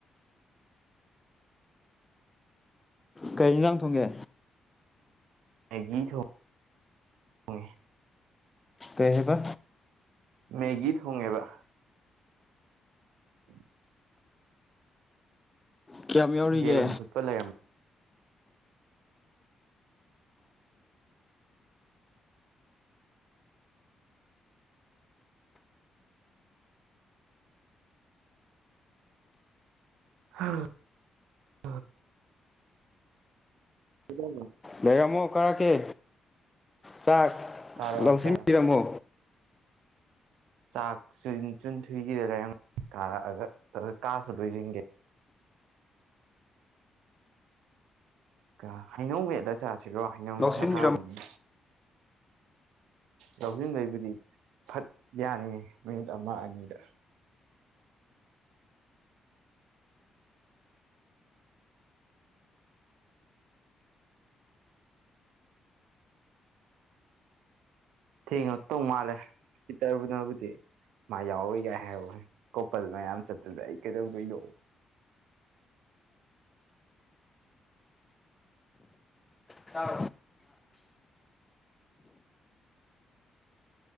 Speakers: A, on the left; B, on the right.
A: ꯀꯩ ꯅꯨꯟꯖꯥꯡ ꯊꯣꯡꯒꯦ
B: ꯃ ꯒꯤ ꯊ ꯍ
A: ꯀꯩꯕ
B: ꯃꯦꯒꯤ ꯊꯣꯡꯉꯦꯕ ꯎ
A: ꯀꯌꯥꯝ ꯌꯥꯎꯔꯤꯒꯦ
B: ꯌꯦꯔꯨꯝ ꯐꯨꯠꯄ ꯂꯩꯔꯝꯃꯦ ꯑ ꯀꯗ
A: ꯂꯩꯔꯝꯃꯣ ꯀꯔꯛꯀꯦ ꯆꯥꯛ
B: ꯀꯥꯔꯛꯑꯣ
A: ꯂꯧꯁꯤꯟꯕꯤꯔꯝꯃꯣ
B: ꯀꯥꯔꯛꯑꯣ ꯆꯥꯛ ꯆꯨꯟꯊꯨꯒꯤꯗ ꯂꯩꯔꯝ ꯀꯥꯔꯛꯑꯒ ꯀꯥꯁꯨ ꯂꯣꯏꯁꯤꯟꯒꯦ ꯀ ꯍꯩꯅꯧ ꯃꯦꯗ ꯆꯥꯁꯤꯔꯣ ꯍꯩꯅꯧ ꯅꯨꯡꯁꯥ
A: ꯂꯧꯁꯤꯟꯕꯤꯔꯝꯃꯣ
B: ꯊꯥꯕꯅꯤ ꯂꯧꯁꯤꯟꯕꯩꯕꯨꯗꯤ ꯐꯠ ꯌꯥꯅꯤꯌꯦꯦ ꯃꯤꯅꯤꯠ ꯑꯃ ꯑꯅꯤꯗ
A: ꯑ
B: ꯊꯦꯡꯉꯛꯇꯧ ꯃꯥꯜꯂꯦ ꯄꯤꯇꯔꯕꯨꯅꯕꯨꯗꯤ ꯃꯥ ꯌꯥꯎꯔꯏꯒꯥꯏ ꯍꯥꯏꯔꯣꯏ ꯀꯣꯄꯜ ꯃꯌꯥꯝ ꯆꯠꯇꯨꯗ ꯑꯩ ꯀꯩꯗꯧꯗꯣꯏꯗꯣ
A: ꯏꯇꯥꯎ